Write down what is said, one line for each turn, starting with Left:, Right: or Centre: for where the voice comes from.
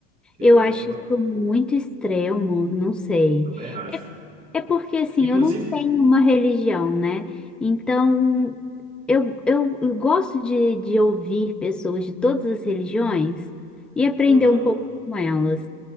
Right: Que
Centre: eu
Right: aí
Centre: acho
Right: já é uma.
Centre: isso muito extremo, não sei.
Right: Também acho.
Centre: É porque, assim,
Right: Inclusive,
Centre: eu não tenho uma religião, né? Então, eu, eu, eu gosto de, de ouvir pessoas de todas as religiões e aprender
Right: aham,
Centre: um pouco com elas.